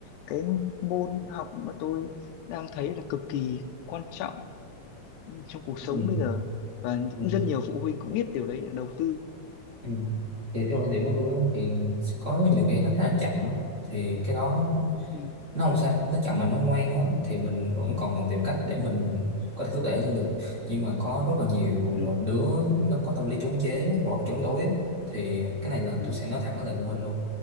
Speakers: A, on the left; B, on the right.
A: cái môn học mà tôi đang thấy là cực kỳ quan trọng trong cuộc sống
B: Ừ.
A: bây giờ và
B: Ừ.
A: cũng rất nhiều phụ huynh cũng biết điều đấy để đầu tư
B: Ừ. thì theo quan điểm của tôi á, thì sẽ có rất nhiều bé nó khá là chậm á. thì cái đó
A: ừ
B: nó không sao nó chậm mà nó ngoan á, thì mình vẫn còn tìm cách để mình có thể thúc đẩy nó lên được nhưng mà có rất là nhiều
A: ừ
B: đứa nó có tâm lý chống chế hoặc là chống đối á, thì cái này là
A: ừ
B: tôi sẽ nói thẳng lời phụ huynh luôn